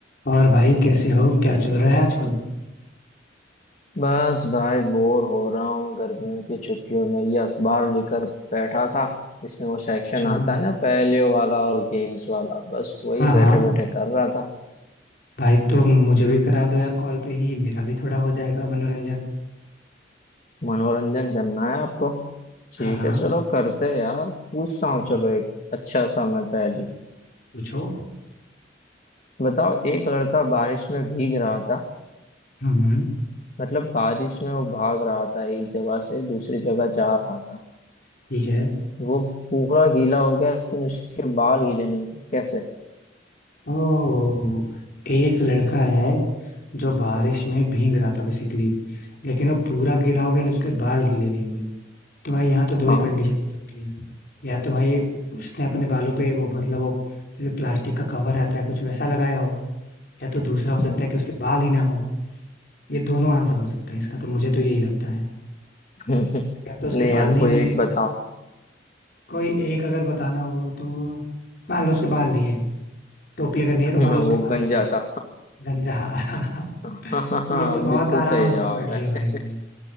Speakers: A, on the left (about 60°); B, on the left (about 40°).
A: और भाई कैसे हो क्या चल रहा है आजकल
B: बस भाई बोर हो रहा हूँ गर्मियों की छुट्टियों में ये अखबार लेकर बैठा था इसमें वो सेक्शन
A: अच्छा
B: आता है ना पहेलियों वाला और गेम्स वाला बस वही
A: हाँ
B: बैठे
A: हाँ
B: बैठे कर रहा था
A: भाई तो मुझे भी करा दो यार कॉल पे ही मेरा भी थोड़ा हो जाएगा मनोरंजन
B: मनोरंजन करना है आपको ठीक
A: हाँ हाँ
B: है चलो करते हैं यार पूछता हूँ
A: ठीक
B: चलो
A: है
B: एक अच्छा सा मैं पहेली
A: पूछो
B: बताओ एक लड़का बारिश में भीग रहा था
A: हम्म
B: मतलब बारिश में वो भाग रहा था एक जगह से दूसरी जगह जा रहा था
A: ठीक है
B: वो पूरा गीला हो गया लेकिन उसके बाल गीले नहीं हुए कैसे
A: ओ एक लड़का है जो बारिश में भीग रहा था बेसिकली लेकिन वो पूरा गीला हो गया लेकिन उसके बाल गीले नहीं हुए तो भाई यहाँ तो दो
B: हाँ
A: ही कंडीशन हो सकती है या तो भाई उसने अपने बालों पे वो मतलब वो जैसे प्लास्टिक का कवर आता है कुछ वैसा लगाया हो या तो दूसरा हो सकता
B: हम्म।
A: है कि उसके बाल ही ना हो ये दोनों आंसर हो सकता है इसका तो मुझे तो यही लगता है
B: नहीं
A: या तो उसके
B: यार
A: बाल नहीं
B: कोई
A: होंगे
B: एक बताओ
A: कोई एक अगर बताना हो तो मान लो उसके बाल नहीं है टोपी अगर नहीं
B: <laughs>
A: है तो मान लो उसके
B: वो
A: बाल
B: गंजा
A: ही नहीं है
B: था
A: गंजा <laughs>
B: हाँ
A: ये तो बहुत
B: <laughs> बिल्कुल
A: आराम
B: सही
A: से
B: जवाब
A: पकड़ लिया
B: है
A: भाई मैंने
B: <laughs>